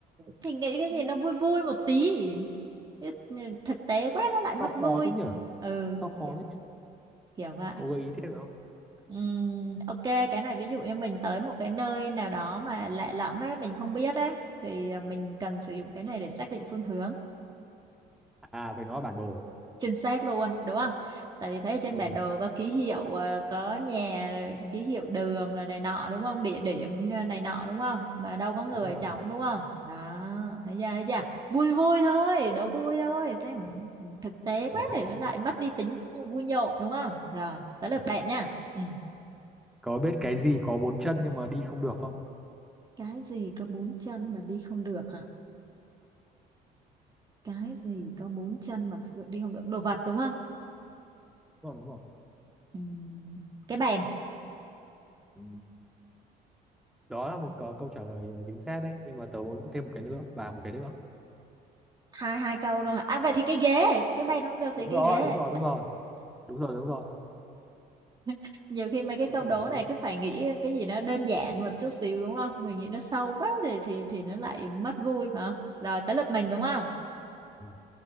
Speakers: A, on the right; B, in the centre.
A: Thì nghĩ cái
B: Nó-
A: gì nó vui vui một tí. Ít- ừ, Thực tế quá nó lại mất
B: sao khó
A: vui.
B: thế nhỉ
A: Ừ,
B: sao khó
A: kiểu
B: thế nhỉ
A: kiểu vậy.
B: cậu gợi ý thêm được không
A: Ừm, ok cái này ví dụ như mình tới một cái nơi nào đó mà lạ lẫm á mình không biết á thì à, mình cần sử dụng cái này để xác định phương hướng
B: à phải nói là bản đồ
A: chính xác luôn đúng không tại vì thấy ở trên
B: ừ
A: bản đồ có ký hiệu à, có nhà rồi ký hiệu đường rồi này nọ đúng không địa điểm ờ, này nọ đúng không mà đâu có người
B: đúng rồi
A: trống đúng không đó thấy chưa thấy chưa vui vui thôi đố vui thôi thế mà ừ, thực tế quá
B: ok
A: thì nó
B: nhé
A: lại mất đi tính vui nhộn đúng không rồi tới lượt
B: ok
A: bạn nha Ừ.
B: cậu biết cái gì có bốn chân nhưng mà đi không được không
A: cái gì có bốn chân mà đi không được hả cái gì có bốn chân mà kh- đi không được đồ vật đúng không
B: đúng rồi đúng rồi
A: Ừm, cái bèn
B: Ừ. đó là một câu câu trả lời chính xác đấy nhưng mà tớ muốn thêm một cái nữa và một cái nữa
A: hai hai câu luôn hả à vậy thì cái ghế cái bèn không được thì
B: đúng
A: cái
B: rồi
A: ghế
B: đúng rồi đúng rồi đúng rồi đúng rồi
A: <laughs> nhiều khi mấy cái
B: cái
A: câu
B: câu
A: đố
B: đố tớ
A: này
B: đi
A: cứ phải nghĩ cái gì nó đơn giản một chút xíu đúng không mình nghĩ nó sâu quá thì thì thì nó lại mất vui mà rồi tới lượt mình đúng không
B: ừ